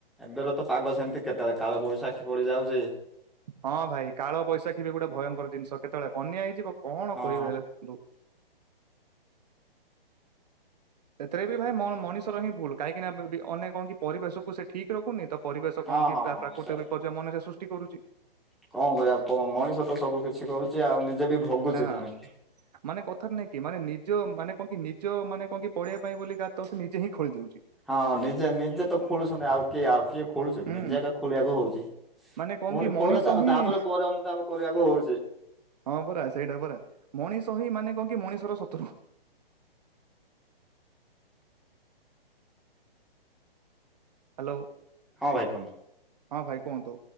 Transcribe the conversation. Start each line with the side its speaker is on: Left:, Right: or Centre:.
Centre: ଏବେର ତ ପାଗ ସେମିତି କେତେବେଳେ କାଳ ବୈଶାଖୀ ପଡ଼ିଯାଉଛି।
Right: ହଁ ଭାଇ କାଳ ବୈଶାଖୀ ବି ଗୋଟେ ଭୟଙ୍କର ଜିନିଷ କେତେବେଳେ ବନ୍ୟା ହେଇଯିବ କଣ
Centre: ହଁ
Right: କହିବି ହେଲେନ୍ତୁ। ସେଥିରେ ବି ଭାଇ ମ ମଣିଷର ହିଁ ଭୁଲ କାହିଁକିନା ଅନେକ କଣ କି ପରିବେଶକୁ ସେ ଠିକ ରଖୁନି ତ ପରିବେଶ
Centre: ହଁ
Right: କଣ କି
Centre: ହଁ
Right: ପ୍ରାକୃତିକ
Centre: ହଁ ସେ
Right: ବିପର୍ଯ୍ୟୟ ମନରେ ସୃଷ୍ଟି କରୁଛି।
Centre: କଣ କରିବା ମଣିଷ ତ ସବୁ କିଛି କରୁଛି ଆଉ ନିଜେ ବି ଭୋଗୁଛି
Right: ହଁ
Centre: ପୁଣି।
Right: ମାନେ କଥାରେ ନାଇଁ କି ମାନେ ନିଜ ମାନେ କଣ କି ନିଜ ମାନେ କଣ କି ପଡିବା ପାଇଁ ବୋଲି ଗାତ ସେ ନିଜେ ହିଁ ଖୋଲିଳି ଦଉଛି।
Centre: ହଁ ନିଜେ ନିଜେ ତ ଖୋଳୁଛନ୍ତି ଆଉ କିଏ ଆଉ କିଏ ଖୋଳୁଚ
Right: ହୁଁ
Centre: କି ନିଜେ ଖୋଳିବାକୁ ହଉଛି।
Right: ମାନେ କଣ
Centre: ପୁଣି
Right: କି ମଣିଷ
Centre: ପରେ
Right: ହିଁ
Centre: ତାପରେ ପରେ ଅନୁତାପ କରିବାକୁ ହଉଛି।
Right: ହଁ ପରା ସେଇଟା ପରା ମଣିଷ ହି ମାନେ କଣ କି ମଣିଷର ଶତ୍ରୁ। ହ୍ୟାଲୋ।
Centre: ହଁ ଭାଇ କହ।
Right: ହଁ ଭାଇ କୁହନ୍ତୁ